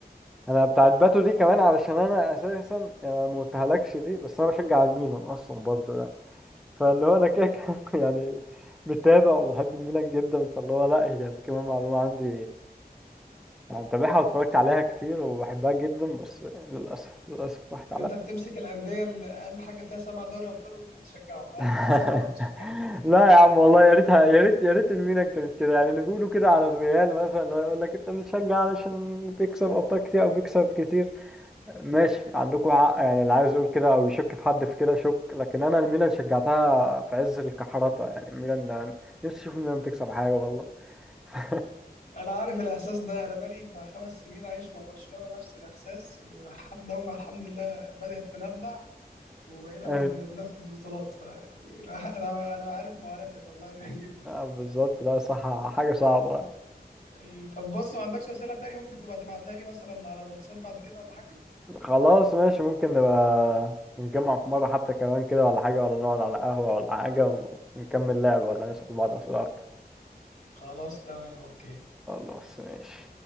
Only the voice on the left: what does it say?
انت بتمسك الانديه اللي اقل حاجه فيها سبع دوري ابطال وتبدا تشجعهم اقل
من سبعه ما بتشجعش
انا عارف الاحساس ده انا بقالي بتاع خمس سنين عايش مع برشلونه نفس الاحساس ولحد هم الحمد لله بدات تندع وبقينا
بن... بناخد بطولات ف انا انا عارف معاناتك والله <laughs> جدا
ايه، طب بص ما عندكش اسئله تاني ممكن تبقى تبعتها لي مثلا على الواتساب بعد كده ولا حاجه
خلاص تمام اوكي